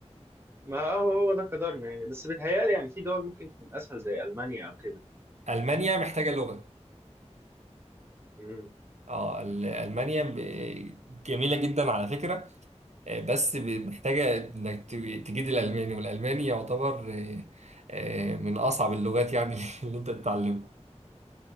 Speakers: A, on the right (about 20°); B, on the right (about 75°).
A: ما هو هو ده قدرنا يعني بس بيتهيألي يعني في دول ممكن تكون اسهل زي المانيا او كده
B: المانيا محتاجه لغه
A: مم.
B: اه ال- المانيا ب- جميله جدا على فكره آه، بس ب- محتاجه انك ت- تجيد الالماني والالماني يعتبر آه، آه، من اصعب اللغات يعني <laughs> اللي انت تتعلمها